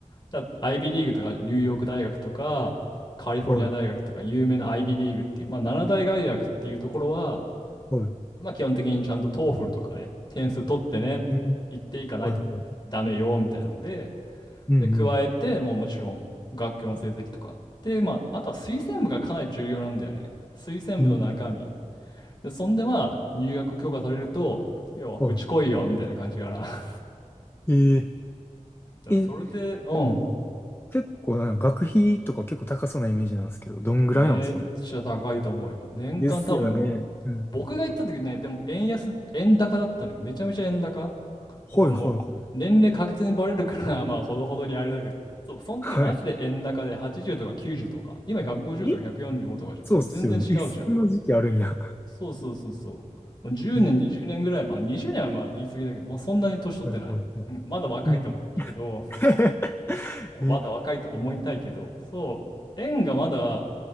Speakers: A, on the left (about 35°); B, on the left (about 20°).
A: だ IB リーグとかあるじゃん、ニューヨーク大学とか、カリフォルニア大学とか有名な
B: はい。
A: IB リーグっていう、まあ、7大外学っていうところは
B: はい。
A: まあ、基本的にちゃんと TOEFL とかで点数取ってね、
B: うん。
A: 行っていかないとダメよみたいなので、
B: はいはい。うんうん。
A: で、加えて、もうもちろん学級の成績とか。で、まあ、あとは推薦部がかなり重要なんだよね。推薦部の中身。
B: えー、
A: で、そんでまあ、入学許可されると、よ、
B: は
A: うち来いよみたいな感じかな。<laughs> だか
B: い。えー
A: らそれで、
B: え、
A: うん、
B: 結構なんか学費とか結構高そうなイメージなんですけど、どんぐらいなんですかね。
A: めっちゃ高いと思うよ。年間多分、
B: ですよね。うん。
A: 僕が行った時ね、でも円安、円高だったのよ。めちゃめちゃ円高。これもう年齢確実にバレるから
B: はいはいは
A: <laughs> まあほどほどにあれだけど。そう、その時マジで円高で80とか90とか、
B: い。は
A: 今150とか145とかじゃん。
B: い。えそうっすよね。
A: もう全然違うじゃん。
B: え、そんな時期あるんや。
A: そうそうそうそう。もう10年、
B: <laughs> え、
A: 20年ぐらい、まあ20年はまあ言い過ぎだけど、もうそんなに年取ってない。
B: はいはいはい。
A: <laughs> うんまだ若いと思ってるけど、
B: うん。<laughs>
A: まだ若いと思いたいけど、そう、円がまだ